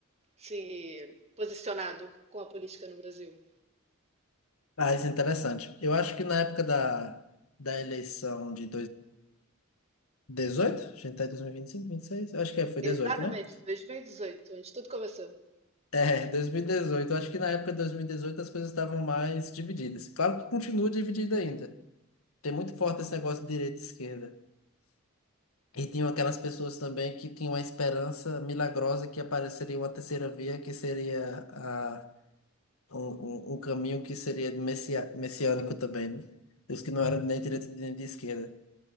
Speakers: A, on the right; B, on the left.
A: se posicionado com a política no Brasil?
B: Ah, isso é interessante. Eu acho que na época da, da eleição de 2018, a gente tá em 2025, 26? Eu acho que é, foi
A: Exatamente,
B: 18, né?
A: 2018, onde tudo começou.
B: É, 2018. Eu acho que na época de 2018 as coisas estavam mais divididas. Claro que continua dividida ainda. Tem muito forte esse negócio de direita e esquerda. E tinham aquelas pessoas também que tinham a esperança milagrosa que apareceria uma terceira via, que seria a, um, um- um caminho que seria de messia, messiânico também, né? Os que não eram nem direita nem de esquerda.